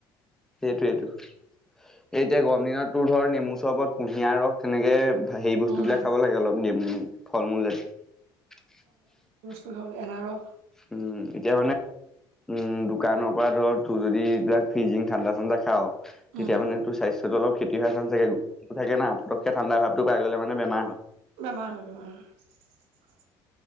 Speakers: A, in the centre; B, on the right (about 75°).
A: সেইটোৱেতো এতিয়া গৰম দিনতো ধৰ নেমু চৰবত কুঁহিয়াৰ ৰস তেনেকে সেই বস্তুবিলাক
B: উম
A: খাব লাগে অলপম নেমু ফল মূল জাত
B: টো খাব লাগে এনাৰস
A: উম এতিয়া মানে উম দোকানৰ পৰা ধৰ তোৰ যদি এইবিলাক ফিজিং ঠাণ্ডা ঠাণ্ডা খাওঁ। তেতিয়া
B: উম
A: মানে তোৰ স্বাস্থ- অলপ ক্ষতি হয় চান্স থাকে গ থাকে না পতককে ঠাণ্ডা ভাৱটো পাই গ'লে মানে বেমাৰ হয়।
B: বেমাৰ হয় বেমাৰ হয়।